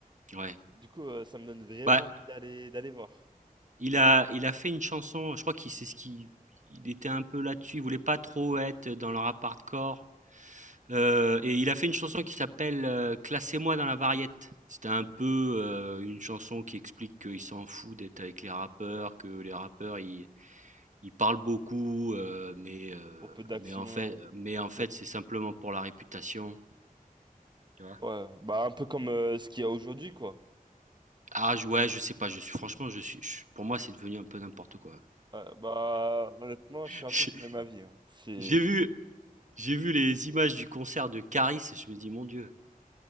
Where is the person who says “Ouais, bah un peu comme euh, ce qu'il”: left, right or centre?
Right